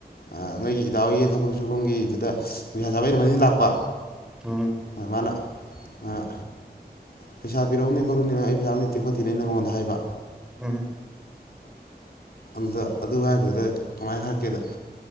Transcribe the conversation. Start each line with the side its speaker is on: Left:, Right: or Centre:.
Left: ꯑꯥ ꯅꯣꯏꯒꯤ ꯏꯗꯥꯎꯒꯤ ꯊꯕꯛ ꯁꯨꯕꯝꯒꯤꯗꯨꯗ ꯅꯨꯡꯁꯥ ꯆꯥꯕꯩ ꯑꯩꯗꯨ ꯃꯅꯤꯡ ꯂꯥꯛꯄ
Centre: ꯎꯝ
Left: ꯑꯥ ꯃꯥꯅ ꯑꯥ ꯄꯩꯁꯥ ꯄꯤꯛꯎꯅꯦ ꯈꯣꯠꯂꯨꯅꯦ ꯅꯪ ꯑꯩ ꯄꯩꯁꯥ ꯑꯃ ꯂꯩꯇꯦ ꯈꯣꯠꯇꯦꯅ ꯑꯩꯅ ꯃꯉꯣꯟꯗ ꯍꯥꯏꯕ
Centre: ꯎꯝ ꯎꯝ
Left: ꯑꯗꯨꯗ ꯑꯗꯨ ꯍꯥꯏꯕꯗꯨꯗ ꯀꯃꯥꯏ ꯍꯥꯏꯔꯛꯀꯦꯗ